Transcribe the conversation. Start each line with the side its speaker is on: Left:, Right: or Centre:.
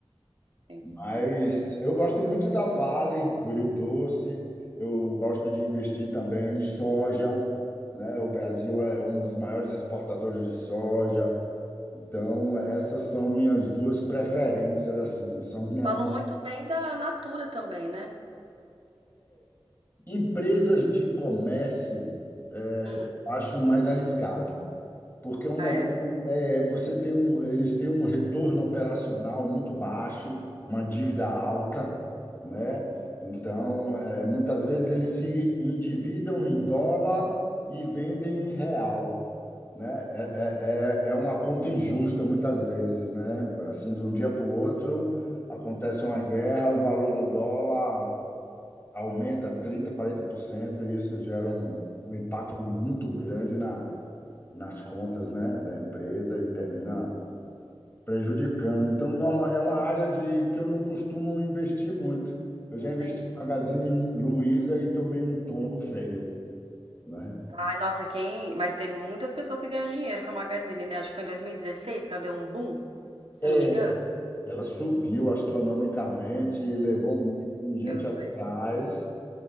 Right: Sim.
Left: Mas eu gosto muito da Vale, do Rio Doce, eu gosto de investir também em soja, né? O Brasil é um dos maiores exportadores de soja. Então, essas são minhas duas preferências, assim, são as minhas
Right: Falou muito bem da Natura também, né?
Left: Empresas de comércio, é,
Right: Hum.
Left: eu acho mais arriscado, porque é um
Right: Ah,
Left: negócio,
Right: é?
Left: é, você tem um, eles têm um retorno operacional muito baixo, uma dívida alta, né? Então, é, muitas vezes eles se endividam em dólar e vendem em real, né? É, é, é é uma conta injusta muitas vezes, né? Assim, de um dia para o outro acontece uma guerra, o valor do dólar aumenta trinta quarenta por cento e isso gera um, um impacto muito grande na, nas contas, né, da empresa e termina prejudicando. Então, norma, é uma área de, que eu não costumo investir muito. Eu já
Right: Entendi.
Left: investi em Magazine Luiza e tomei um tombo feio, né?
Right: Ai, nossa, quem. Mas teve muitas pessoas que ganham dinheiro com a Magazine, né? Acho que foi em 2016 que ela deu um boom, se
Left: É,
Right: eu não me engano.
Left: Ela subiu astronomicamente e levou um monte de gente
Right: Eu lembro.
Left: atrás,